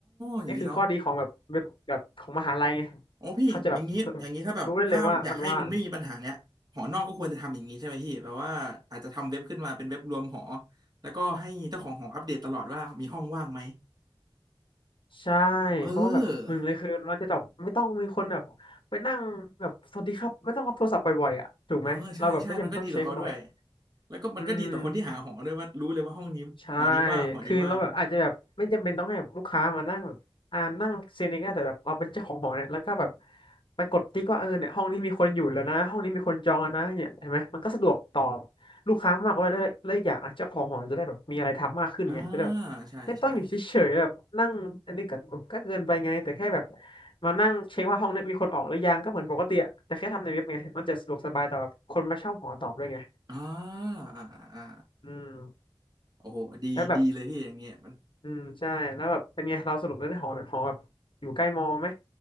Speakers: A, on the right; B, on the left.
A: อย่างนี้เนาะ
B: นี่คือข้อดีของแบบเว็บแบบของมหาลัยไง
A: โอ้พี่อย่างนี้อย่างนี้ถ้าแบบถ้าอยากให้มันไม่มีปัญหาเนี้ยหอนอกก็ควรจะทำอย่างนี้ใช่ไหมพี่แบบว่าอาจจะทำเว็บขึ้นมาเป็นเว็บรวมหอ
B: เขาจะแบบรู้ได้เลยว่ามันว่าง
A: แล้วก็ให้เจ้าของหออัปเดตตลอดว่ามีห้องว่างไหม
B: ใช่
A: เอ
B: เพราะว่าแบบหนึ่งเลยคือเราจะจบบไม่ต้องมีคนแบบไปนั่งแบบสวัสดีครับไม่ต้องรับโทรศัพท์บ่อยๆอ่ะถูกไหมเราแบบไม่จำเป็นต้องเช็คบ่อย
A: อเออใช่ใช่มันก็ดีต่อเขาด้วยแล้วก็มันก็ดีต่อคนที่หาหอด้วยว่ารู้เลยว่าห้องนี้หอนี้ว่างหอนี้ว่าง
B: อืม ใช่คือเราแบบอาจจะแบบไม่จำเป็นต้องให้แบบลูกค้ามานั่งแบบอ่านั่งเซ็นเองก็ได้แต่แบบเราเป็นเจ้าของหอเนี่ยแล้วก็แบบไปกดติ๊กว่าเออเนี่ยห้องนี้มีคนอยู่แล้วนะห้องนี้มีคนจองแล้วนะเนี่ยเห็นไหมมันก็สะดวกต่อลูกค้ามากกว่าแล้แลวอกอย่างนะเจ้าของหอจะได้แบบมีอะไรทำมากขึ้นไงจะได้แบบ
A: อ่าใช่ใช่
B: ไม่ต้องอยู่เฉยๆแบบนั่งอันนี้ก็ก็เกินไปไงแต่แค่แบบมานั่งเช็คว่าห้องนี้มีคนออกหรือยังก็เหมือนปกติอะแต่แค่ทำในเว็บไงมันจะสะดวกสบายต่อแบบคนมาเช่าหอต่อด้วยไง
A: อ่าอ่าอ่า
B: อืม
A: โอ้โหดีดีเลยพี่อย่างเงี้ยมัน
B: แล้วแบบ อืมใช่แล้วแบบเป็นไงเราสรุปแล้วได้หอหอแบบอยู่ใกล้มอไหม